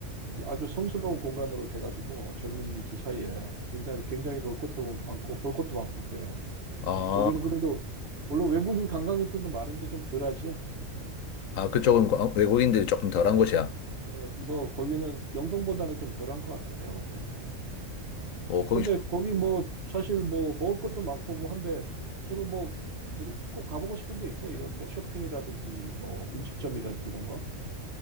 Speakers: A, on the right (about 50°); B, on the left (about 80°).
A: 아주 성스러운 공간으로 돼가지고 젊은이들 사이에 굉장히 굉장히 놀 곳도 많고 볼 것도 많고 그래.
B: 아,
A: 거기는 그래도 물론 외국인 관광객들도 많은데 좀 덜하지.
B: 아, 그쪽은 과- 외국인들이 조금 덜한 곳이야.
A: 어, 뭐 거기는 명동보다는 좀 덜한 것 같아 내가 볼 때.
B: 어, 거기
A: 근데
B: 좋
A: 거기 뭐 사실 뭐 먹을 것도 많고 뭐 한데 주로 뭐 어디 꼭 가보고 싶은 데 있어? 이런 뭐 쇼핑이라든지 뭐 음식점이라든지 이런 거?